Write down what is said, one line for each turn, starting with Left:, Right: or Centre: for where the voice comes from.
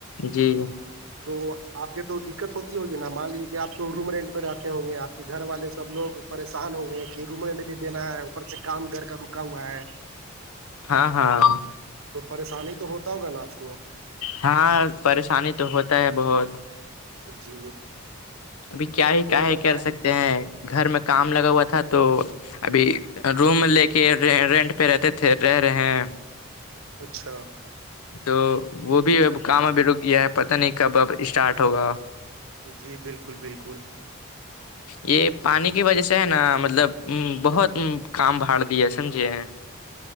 Left: جی
Right: تو آپ کے تو دقت ہوتی ہوگی نا مان لیے کہ آپ تو روم رینٹ میں رہتے ہوں گے آپ کے گھر والے سب لوگ پریشان ہوں گئے کہ رومے میرے دینا ہے اوپر سے کام گھر کا رکا ہوا ہے
Left: ہاں ہاں
Right: تو پریشانی تو ہوتا ہوگا نا آپ کو
Left: ہاں پریشانی تو ہوتا ہے بہت
Right: جی
Left: ابھی کیا ہی کاے
Right: اور بتائیں
Left: کر سکتے ہیں گھر میں کام لگا ہوا تھا تو ابھی روم لے کے رینٹ پہ رہتے تھے رہ رہے ہیں
Right: اچھا
Left: تو وہ بھی اب کام ابھی رک گیا ہے پتا نہیں کب اب اسٹارٹ ہوگا
Right: جی بالکل بالکل <unintelligible>
Left: یہ پانی کی وجہ سے ہے نا مطلب بہت کام بھاڑ د سمجھے